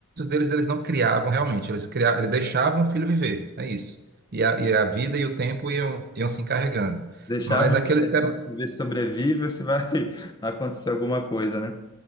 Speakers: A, on the right; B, on the left.
A: deles eles não criavam realmente, eles criavam, eles deixavam o filho viver, é isso e a, e a vida e o tempo iam, iam se encarregando.
B: Deixavam
A: Mas aqueles
B: ele né? Se
A: que eram.
B: você sobrevive, você vai <laughs> acontecer alguma coisa, né?